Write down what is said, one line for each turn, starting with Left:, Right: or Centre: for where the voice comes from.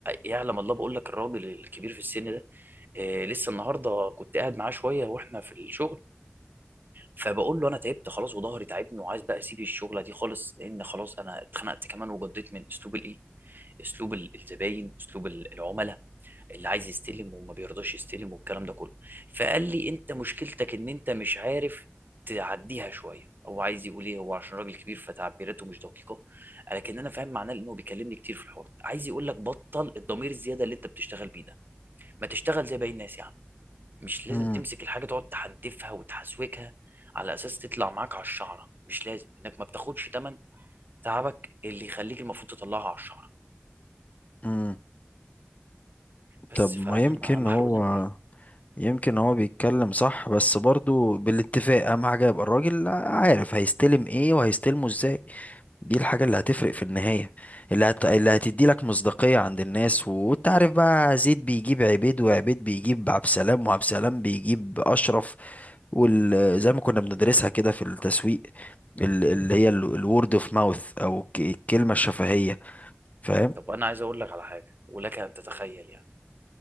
Right: يعلم الله بقول لك الراجل الكبير في السن ده آه، لسه النهارده كنت قاعد معاه شويه واحنا في الشغل فبقول له انا تعبت خلاص وظهري تعبني وعايز بقى اسيب الشغله دي خالص لان خلاص انا اتخنقت كمان وجضيت من اسلوب الايه اسلوب ال- الزباين اسلوب ال- العملاء اللي عايز يستلم وما بيرضاش يستلم والكلام ده كله فقال لي انت مشكلتك ان انت مش عارف تعديها شويه هو عايز يقول ايه هو عشان راجل كبير فتعبيراته مش دقيقه لكن انا فاهم معناه لانه بيكلمني كتير في الحوار ده. عايز يقول لك بطل الضمير الزياده اللي انت بتشتغل بيه ده ما تشتغل زي باقي الناس يا عم مش لازم
Left: امم
Right: تمسك الحاجة تقعد تحنتفها وتحسوكها على أساس تطلع معاك على الشعرة مش لازم إنك ما بتاخدش تمن تعبك اللي يخليك المفروض تطلعها على الشعرة
Left: امم
Right: بس
Left: طب
Right: فأنا
Left: ما يمكن
Right: ما محروق
Left: هو
Right: دمي
Left: يمكن هو بيتكلم صح بس برضو بالاتفاق اهم حاجه يبقى الراجل عارف هيستلم ايه وهيستلمه ازاي دي الحاجة اللي هتفرق في النهاية اللي هت... اللي هتدي لك مصداقية عند الناس و- وانت عارف بقى زيد بيجيب عبيد وعبيد بيجيب عبد سلام وعبد سلام بيجيب أشرف وال... زي ما كنا بندرسها كده في التسويق ال- اللي هي الورد اوف ماوث او ك- الكلمة الشفهية فاهم
Right: طب أنا عايز أقول لك على حاجة ولك أن تتخيل يعني